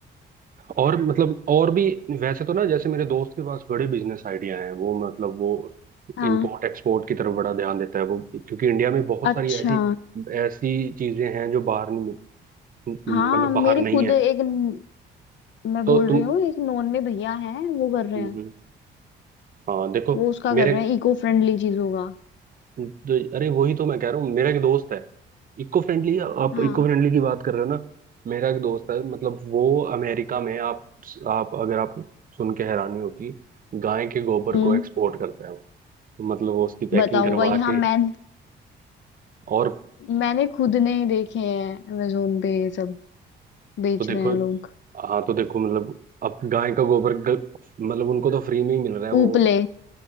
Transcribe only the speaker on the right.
और मतलब और भी वैसे तो ना जैसे मेरे दोस्त के पास बड़े बिजनेस आइडिया हैं वो मतलब वो
इंपोर्ट एक्सपोर्ट की तरफ बड़ा ध्यान देता है वो क्योंकि इंडिया में बहुत
सारी ऐसी ऐसी चीजें हैं जो बाहर नहीं मतलब
बाहर नहीं
है
तो
तुम
हम्म,
हम्म, हाँ देखो
मेरे
तो, अरे वही तो मैं कह रहा हूँ मेरा एक दोस्त है इको फ्रेंडली आप
इको फ्रेंडली की बात कर रहे हो ना मेरा एक दोस्त है मतलब वो अमेरिका में आप आप अगर आप सुन के हैरानी होगी गाय के गोबर
को एक्सपोर्ट करता है वो तो मतलब वो उसकी पैकिंग
करवा
के
और
तो देखो
हाँ तो देखो मतलब अब गाय का गोबर ग- मतलब उनको तो फ्री में ही मिल रहा है वो